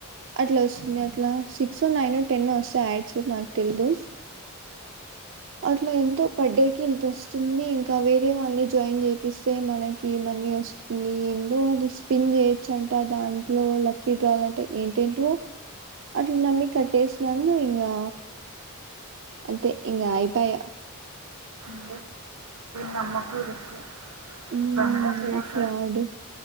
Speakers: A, on the right (about 55°); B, on the right (about 80°).
A: అట్లా వస్తుంది అట్లా సిక్స్ నైన్ టెన్ వస్తా యాడ్స్ నాకు తెలిదు అట్లా ఎంతో పర్డే క ఇంత వస్తుంది ఇంకా వే తే వాళ్ళని జాయిన్ చేపిస్తే మనకి మనీ వస్తుంది ఏందో అది స్పిన్ చేయొచ్చు అంట దాంట్లో లక్కీ డ్రాల్ అంటే ఏంటేంటో అట్లా నమ్మి కట్టేసినాము ఇంకా అదే ఇంగ ఆయిపయా
B: ట నమ్మకు వి అది
A: మ్మ్
B: అంత ఫేక్
A: ఫ్రాడ్